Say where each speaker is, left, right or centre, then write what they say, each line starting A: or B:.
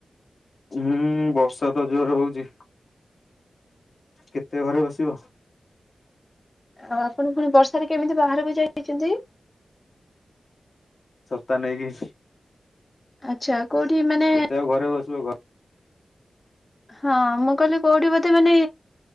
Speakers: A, on the left (about 50°); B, on the left (about 25°).
A: ହୁଁ ବର୍ଷା ତ ଜୋର ହଉଚି। କେତେ ଘରେ ବସିବ।
B: ଆଉ ଆପଣ ପୁଣି ବର୍ଷାରେ କେମିତି ବାହାରକୁ ଯା ଯାଇଚନ୍ତି।
A: ଛତା ନେଇକି।
B: ଆଚ୍ଛା କୋଉଠି ମାନେ
A: କେତେ ଆଉ ଘରେ ବସିବ ଘ
B: ହଁ ମୁଁ କହିଲି କୋଉଠି ବୋଧେ ମାନେ